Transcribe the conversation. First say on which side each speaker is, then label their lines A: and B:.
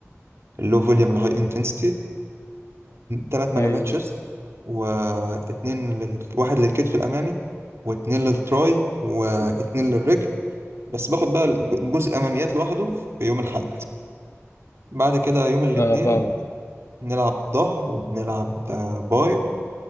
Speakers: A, on the right; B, on the left.
A: اللو فوليوم الهاي انتنسيتي ثلاث مجاميع
B: أيوه
A: تشيست
B: أيوه
A: واتنين لل... واحد للكتف الامامي واتنين للتراي واتنين للرجل بس باخد بقى الجزء الاماميات لوحده في يوم الاحد بعد كده يوم الاثنين
B: أه فاهمك
A: بنلعب ظهر وبنلعب آه، باي